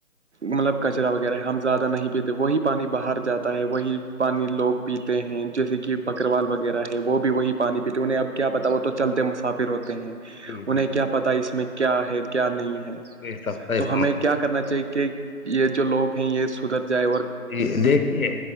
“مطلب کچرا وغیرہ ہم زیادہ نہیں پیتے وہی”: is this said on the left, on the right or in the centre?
Right